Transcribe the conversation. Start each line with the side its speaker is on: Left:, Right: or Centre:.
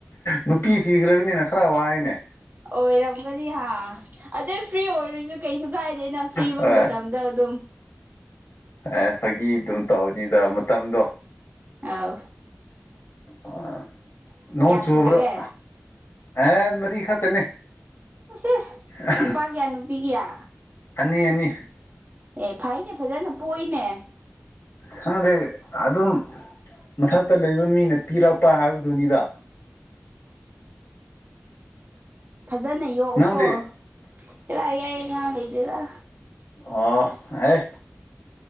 Left: ꯅꯨꯄꯤ ꯊꯤꯈ꯭ꯔꯕꯅꯤꯅ ꯈꯔ ꯋꯥꯏꯅꯦ
Right: ꯑꯣꯏꯔꯝꯒꯅꯤ ꯍꯥꯥ ꯑꯗꯨꯏ ꯐ꯭ꯔꯤ ꯑꯣꯏꯔꯁꯨ ꯀꯩꯁꯨ ꯀꯥꯏꯗꯦ ꯅ ꯐ꯭ꯔꯤꯑꫭꯏꯕ
Left: ꯍꯣꯏ
Right: ꯃꯇꯝꯗ ꯑꯗꯨꯝ
Left: ꯑꯦ ꯐꯒꯤ ꯑꯗꯨꯝ ꯇꯧꯔꯅꯤꯗ ꯃꯇꯝꯗꯣ
Right: ꯑꯥꯎ
Left: ꯑ <unintelligible> ꯅꯣꯡ ꯆꯨꯕ꯭ꯔꫭ
Right: ꯁꯨꯔꯒꯦ
Left: ꯑꯦ ꯃꯔꯤ ꯈꯇꯅꯤ
Right: ꯑꯦ
Left: ꯑꯍꯡ
Right: ꯅꯨꯄꯥ ꯀꯌꯥ ꯅꯨꯄꯤ ꯀꯌꯥ
Left: ꯑꯅꯤ ꯑꯅꯤ
Right: ꯑꯦ ꯐꯩꯅꯦ ꯐꯖꯅ ꯄꯣꯏꯏꯅꯦ
Left: ꯈꯪꯗꯦ ꯑꯗꯨꯝ ꯃꯊꯛꯇ ꯂꯩꯕ ꯃꯤꯅ ꯄꯤꯔꯛꯄ ꯍꯥꯏꯕꯗꯨꯅꯤꯗ
Right: ꯐꯖꯅ ꯌꯣꯛꯑꯣꯀꯣ
Left: ꯅꯪꯗꯤ
Right: ꯏꯔꯥꯏ ꯌꯥꯏꯌꯦ ꯉꯥ ꯂꯩꯇ‌ꯦꯗ
Left: ꯑꯣ ꯑꯦ